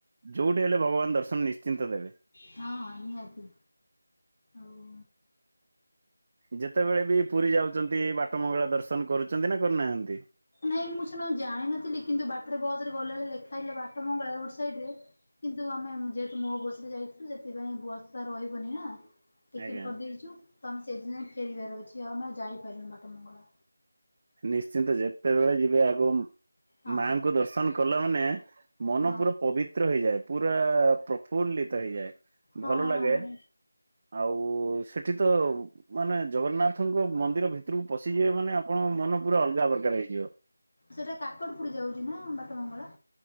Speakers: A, on the right; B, on the left.
A: ଯୋଉଠି ହେଲେ ଭଗବାନ୍ ଦର୍ଶନ ନିଶ୍ଚିନ୍ତ ଦେବେ।
B: ହଁ ନିହାତି ଆଉ
A: ଯେତବେଳେ ବି ପୁରୀ ଯାଉଚନ୍ତି ବାଟ ମଙ୍ଗଳା ଦର୍ଶନ କରୁଚନ୍ତି ନା କରୁନାହାନ୍ତି?
B: ନାଇଁ ମୁଁ ସେଦିନ ଯାଇନଥିଲି କିନ୍ତୁ ବାଟରେ ବସ୍ ରେ ଗଲା ବଳେ ଲେଖା ହେଇ ଥିଲା ବାଟ ମଙ୍ଗଳା ରୋଡ୍ ସାଇଡ୍ ରେ କିନ୍ତୁ ଆମେ ଯେହେତୁ ମୋ ବସ୍ ରେ ଯାଇଥିଲୁ ସେଥିପାଇଁ ବସ୍ ତ ରହିବନି ନା ଟିକେଟ୍
A: ଆଜ୍ଞା।
B: କରିଦେଇତୁ ତ ଆମେ ସେଇ ଦିନ ଫେରିବାର ଅଛି ଆଉ ଆମେ ଆଉ ଯାଇପାରିଲୁନି ବାଟମଙ୍ଗଳା।
A: ନିଶ୍ଚିନ୍ତ ଯେତେବେଳେ ଯିବେ ଆଗ
B: ହଁ
A: ମାଙ୍କ ଦର୍ଶନ କଲା ମାନେ ମନ
B: ହଁ
A: ପୁର ପବିତ୍ର ହେଇଯାଏ ପୁରା ପ୍ରଫୁଲ୍ଲିତ ହେଇଯାଏ
B: ହଁ
A: ଭଲ ଲାଗେ ଆଉ ସେଠି ତ ମାନେ ଜଗନ୍ନାଥଙ୍କ ମନ୍ଦିର ଭିତରକୁ ପଶିଯିବେ ମାନେ ଆପଣଙ୍କ ମନ ପୁରା ଅଲଗା ପ୍ରକାର ହେଇଯିବ।
B: ସେଟା କାକଟପୁର ଯାଉଚି ନା ବାଟମଙ୍ଗଳା?